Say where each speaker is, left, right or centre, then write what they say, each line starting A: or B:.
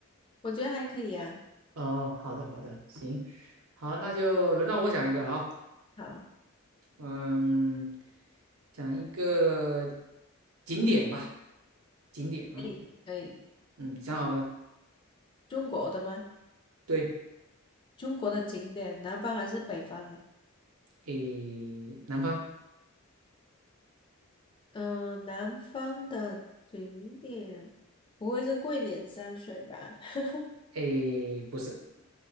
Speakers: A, on the left; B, on the right.
A: 我觉得还可以啊。
B: 哦，好的好的，行，好，那就轮到我讲一个了啊、
A: 好，
B: 嗯，讲一个景点吧，景点啊，
A: 可以可以。
B: 嗯，想好了，
A: 中国的吗？
B: 对，
A: 中国的景点，南方还是北方啊？
B: 诶，南方，
A: 嗯、南方的景点不会是桂林山水吧？<laughs>
B: 诶，不是，